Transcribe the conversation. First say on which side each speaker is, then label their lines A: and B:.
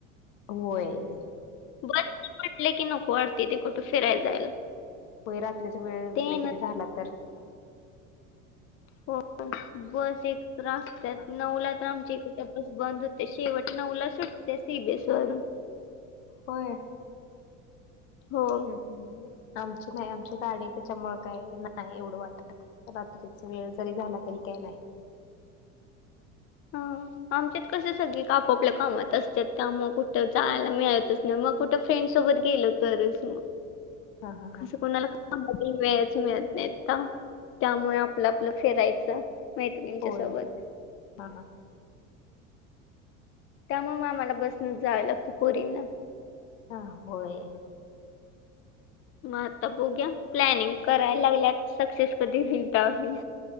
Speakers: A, on the left (about 70°); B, on the left (about 35°).
A: होय.
B: बसनी म्हटले की नको वाटतय तेे कुठे फिराय जायला.
A: होई रात्रीचा वेळ
B: ते
A: वगैरे
B: ना
A: झाला तर.
B: हो बस एक तर <unintelligible>
A: हा
B: असत्यात
A: हा
B: नऊला तर आमच्या इकड बंद होते शेवट नउला सुटते सी बि एस वरून.
A: होय.
B: हो.
A: हम्म आमची नाही आमची गाडी त्याच्यामुळे काय नाही एवढं वाटत. रात्रीचा वेळ जरी झाला तरी काही नाही. ह
B: हा
A: <inaudible>
B: आमच्यात कसे सगळे आप आपल्या कामात असतात त्यामुळ कुठे जायला मिळत. मग कुठे फ्रेंड सोबत गेल तरच मग.
A: हा हा
B: कस
A: हा
B: कोणाला <unintelligible> वेळच मिळत नाहीत का त्यामुळे आपलं आपलं फिरायचं मैत्रिणींच्या
A: होय
B: सोबत.
A: हा हां.
B: त्यामुळं मग आम्हाला बसनच जावं लागतं पोरींना.
A: हा होय.
B: मग आता बघुया प्लॅनिंग करायला लागल्या सक्सेस कधी होईन तवा हुइल.